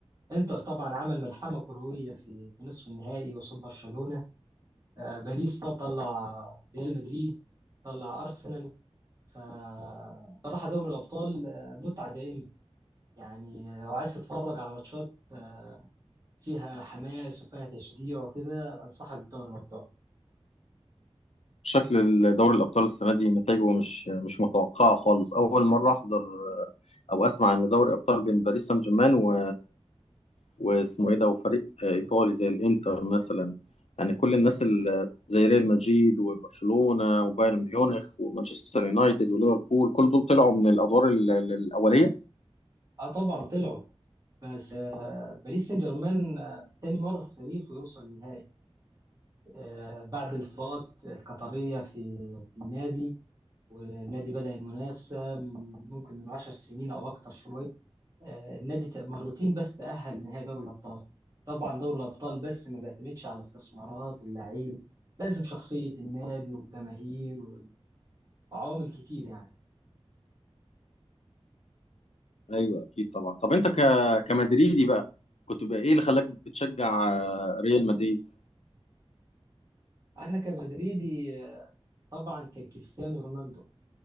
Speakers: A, on the right; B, on the left.
A: إنتر طبعا عمل ملحمة كروية في في نصف النهائي قصاد برشلونة آه، باريس طب طلع ريال مدريد طلع ارسنال فصراحه دوري الابطال آه، متعه دائمه يعني لو عايز تتفرج على ماتشات آه، فيها حماس وفيها تشجيع وكده انصحك بدوري الابطال
B: شكل دوري الأبطال السنة دي نتائجه مش مش متوقعة خالص أول مرة أحضر أو أسمع إن دوري الأبطال بين باريس سان جيرمان و... واسمه إيه ده وفريق إيطالي زي الإنتر مثلا يعني كل الناس اللي زي ريال مدريد وبرشلونة وبايرن ميونخ ومانشستر يونايتد وليفربول كل دول طلعوا من الأدوار ال- ال- الأولية
A: اه طبعا طلعوا بس آه، باريس سان جيرمان آه، تاني مره في تاريخه يوصل النهائي آه، بعد الاستثمارات القطريه في في النادي والنادي بدأ المنافسه من ممكن من 10 سنين او اكتر شويه آه، النادي تق- مرتين بس تأهل نهائي دوري الأبطال طبعا دوري الأبطال بس ما بيعتمدش على استثمارات واللعيبة لازم شخصية النادي والجماهير وال- وعوامل كتير يعني
B: أيوه أكيد طبعا طب أنت ك... كمدريدي بقى كنت بقى إيه اللي خلاك بتشجع آه، ريال مدريد
A: أنا كمدريدي آه، طبعا كان كريستيانو رونالدو